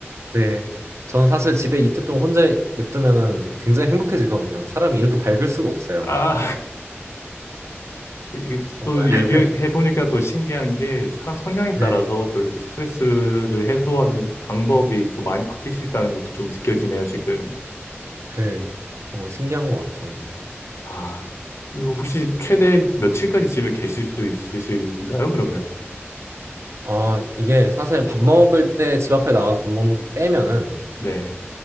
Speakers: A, on the right (about 80°); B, on the left (about 75°).
A: 네. 저는 사실 집에 이틀 동안 혼자 냅두면은 굉장히 행복해지거든요. 사람이 이렇게 밝을 수가 없어요.
B: 아, 이게
A: 정말.
B: 또
A: <laughs>
B: 얘기를 해보니까 또 신기한 게 사람 성향에
A: 네.
B: 따라서 또 이렇게 스트레스를 해소하는 방법이 또 많이 바뀔 수 있다는 것도 좀 느껴지네요, 지금.
A: 네. 어, 신기한 것 같아요.
B: 아, 그리고 혹시 최대 며칠까지 집에 계실 수 있으신가요, 그러면?
A: 아, 이게 사실 밥 먹을 때 집 앞에 나가서 밥 먹는 거 빼면은
B: 네.